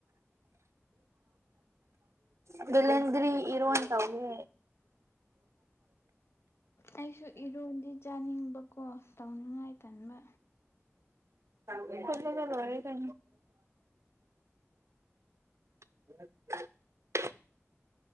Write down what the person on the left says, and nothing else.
ꯑꯩꯁꯨ ꯏꯔꯣꯟꯗꯤ ꯆꯥꯅꯤꯡꯕꯀꯣ ꯇꯧꯅꯤꯡꯉꯥꯏ ꯇꯟꯕ